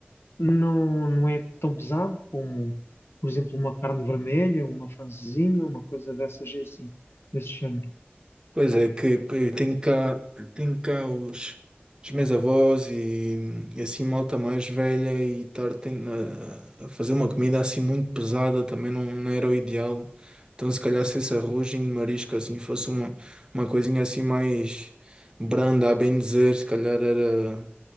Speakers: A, on the left; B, on the right.
A: não, não é tão pesado como, por exemplo, uma carne vermelha, uma francesinha, uma coisa dessas é assim, desse género.
B: Pois é, que que tenho cá, tenho cá os, os meus avós e, e assim malta mais velha e estar ten- a, a fazer uma comida assim muito pesada também não, não era o ideal. Então se calhar se esse arrozinho de marisco assim fosse uma, uma coisinha assim mais branda, a bem dizer, se calhar era,